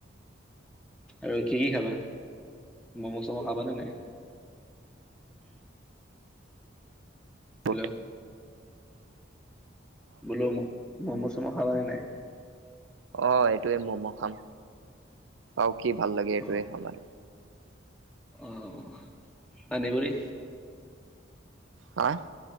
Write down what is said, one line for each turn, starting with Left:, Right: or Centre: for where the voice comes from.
Centre: আৰু কি কি খাবা? ম'ম'-চ'ম' খাবা নে নাই? হেল্ল'
Right: অ',
Centre: বোলো ম'ম'-চ'ম' খাবা নে নাই?
Right: অ, এইটোৱে ম'ম' খাম, আও কি ভাল লাগে এইটোৱে
Centre: অ',
Right: খাম আৰু।
Centre: অ, পানীপুৰি?
Right: হা!